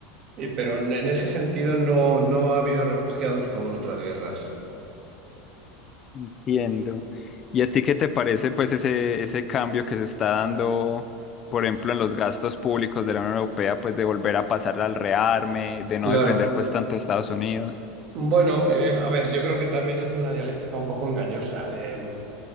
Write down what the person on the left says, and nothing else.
Entiendo. ¿Y a ti qué te parece pues ese, ese cambio que se está dando, por ejemplo, en los gastos públicos de la Unión Europea, pues de volver a pasar al rearme, de no
depender pues tanto de Estados Unidos?